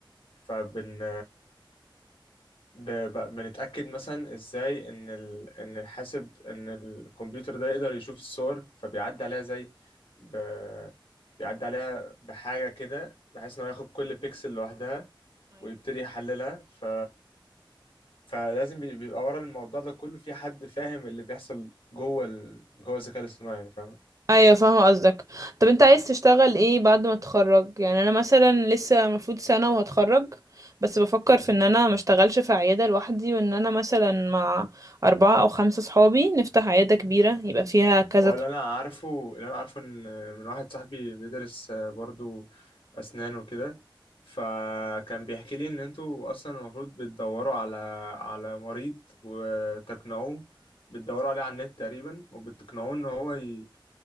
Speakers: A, on the left (about 80°); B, on the right (about 40°).
A: فبن ب- ب- بنتأكد مثلا ازاي ان ال... ان الحاسب ان الكمبيوتر ده يقدر يشوف الصور فبيعدي عليها زي ب... بيعدي عليها بحاجة كده بحيث انه ياخد كل بيكسل لوحدها ويبتدي يحللها ف... فلازم بي- بيبقى ورا الموضوع ده كله في حد فاهم اللي بيحصل جوه ال... جوه الذكاء الاصطناعي فاهم
B: ايوه فاهمه قصدك طب انت عايز تشتغل ايه بعد ما تتخرج يعني انا مثلا لسه المفروض سنه وهتخرج بس بفكر في ان انا ما اشتغلش في عياده لوحدي وان انا مثلا مع اربعه او خمسه صحابي نفتح عياده كبيره يبقى فيها كذا
A: هو
B: ط-
A: اللي انا عارفه اللي انا عارفه ان من واحد صاحبي بيدرس آه، برضو اسنان وكده فكان بيحكي لي ان انتوا اصلا المفروض بتدوروا على على مريض وتقنعوه بتدوروا عليه على النت تقريبا وبتقنعوه ان هو ي...